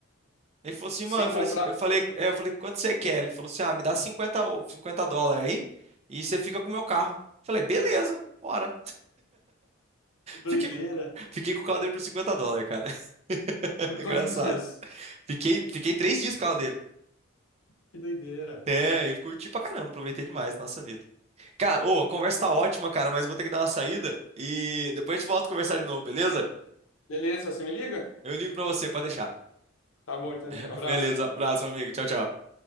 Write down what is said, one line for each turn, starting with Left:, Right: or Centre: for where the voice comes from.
Right: Ele falou assim,
Left: Se
Right: mano,
Left: encontrar.
Right: eu falei assim, eu falei,
Left: Putz,
Right: é, eu falei, quanto você quer? Ele falou assim, ah, me dá 50 ou 50 dólares aí e você fica com o meu carro. Falei, beleza, bora.
Left: que doideira.
Right: Fiquei, fiquei com o carro dele por 50 dólares, cara. <laughs>
Left: <laughs> Por
Right: Engraçado.
Left: quantos dias?
Right: Fiquei, fiquei três dias com o carro dele.
Left: Que doideira.
Right: É, e curti pra caramba, aproveitei demais, nossa vida. Cara, ô, a conversa tá ótima, cara, mas eu vou ter que dar uma saída e depois a gente volta a conversar de novo, beleza?
Left: Beleza, você me liga?
Right: Eu ligo pra você pra deixar.
Left: Tá bom então, Diego.
Right: <laughs>
Left: Abraço.
Right: Beleza, abraço, meu amigo. Tchau, tchau.